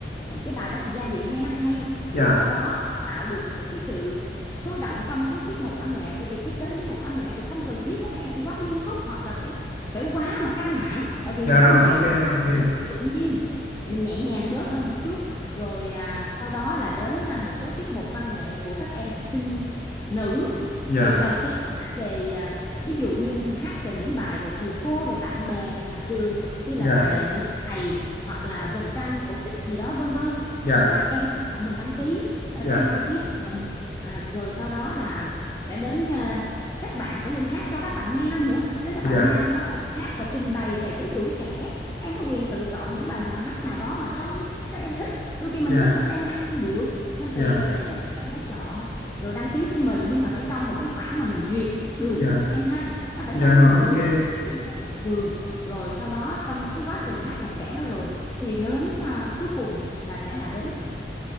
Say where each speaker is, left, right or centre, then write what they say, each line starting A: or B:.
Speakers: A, on the left; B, on the left.
A: cái bài đó thì giai điệu nghe nó hay
B: dạ
A: rồi sau đó tạo được một cái sự sôi động trong cái tiết mục văn nghệ tại vì khi đến đến một văn nghệ thì không cần thiết các em phải quá nghiêm túc hoặc là phải phải quá mà căng thẳng tại vì
B: dạ rồi
A: văn nghệ
B: ok
A: cứ
B: ok
A: tự nhiên mình nhẹ nhàng bớt hơn một chút rồi à, sau đó là đến à, một số tiết mục văn nghệ của các em học sinh nữ
B: dạ
A: thì đầu tiên hát về à, ví dụ như hát về những bài về thầy cô về bạn bè về nhà trường như là
B: dạ
A: bài à, người thầy hoặc là vầng trăng cổ tích gì đó vân vân
B: dạ
A: để các em chọn mình đăng ký à,
B: dạ
A: các em đăng ký cho mình à, rồi sau đó là sẽ đến à, các bạn sẽ lên hát cho các bạn nam nữa đến các
B: dạ
A: bạn nam bắt đầu hát và trình bày về cái tuổi trẻ các em có quyền tự chọn những bài nào hát nào đó mà trong các em thích đôi khi mình
B: dạ
A: thích mà các em hát không được nên
B: dạ
A: tùy để cho các em đã chọn rồi đăng ký với mình nhưng mà phải trong một cái khoảng mà mình duyệt được
B: dạ
A: em ha nó phải
B: dạ
A: trong
B: rồi
A: cái nội
B: ok
A: dung về chủ đề nhà trường rồi sau đó trong cái quá trình hát nhạc trẻ đó rồi thì đến à, cuối cùng là sẽ là đến